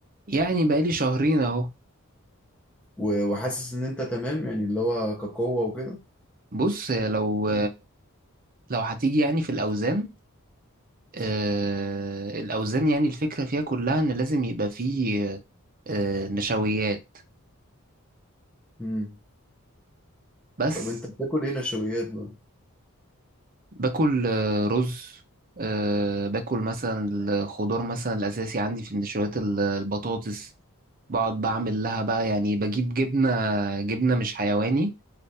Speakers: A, on the right; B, in the centre.
A: يعني بقالي شهرين اهو
B: و... وحاسس ان انت تمام يعني اللي هو كقوة وكده
A: بص لو لو هتيجي يعني في الاوزان آه، الأوزان يعني الفكرة فيها كلها إن لازم يبقى فيه آه، آه، نشويات
B: مم.
A: بس
B: طب انت بتاكل ايه نشويات بقى
A: باكل آه، رز آه، باكل مثلا الخضار مثلا الأساسي عندي في النشويات ال- البطاطس بقعد بعمل لها بقى يعني بجيب جبنة جبنة مش حيواني